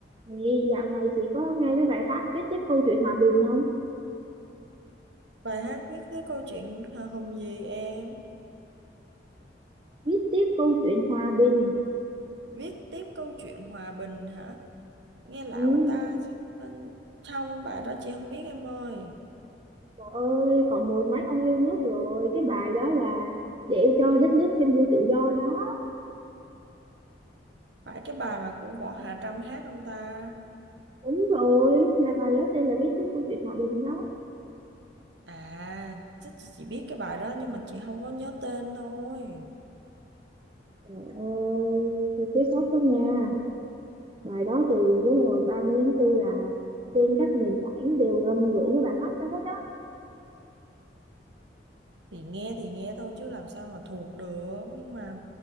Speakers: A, on the right; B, on the right.
A: Thì dạo này chị có nghe cái bài hát viết tiếp câu chuyện hòa bình không?
B: Bài hát viết tiếp câu chuyện hào hùng gì em?
A: Viết tiếp câu chuyện hòa bình.
B: Viết tiếp câu chuyện hòa bình hả? Nghe lạ
A: Ừ.
B: quá ta. Nên trong bài đó chị không biết em ơi.
A: Trời ơi, còn mười mấy ông yêu nước rồi. Cái bài đó là để cho đất nước thêm vui tự do đó.
B: Phải cái bài mà của Võ Hạ Trâm hát không ta?
A: Đúng rồi, là bài đó tên là viết tiếp câu chuyện hòa bình đó.
B: À, chắc chị chỉ biết cái bài đó nhưng mà chị không có nhớ tên thôi.
A: Trời ơi, thật thiếu sót quá nha. Bài đó từ cái hồi 30 tháng tư là trên các nền tảng đều rầm rộ cái bài hát đó hết á.
B: Thì nghe thì nghe thôi chứ làm sao mà thuộc được. Nhưng mà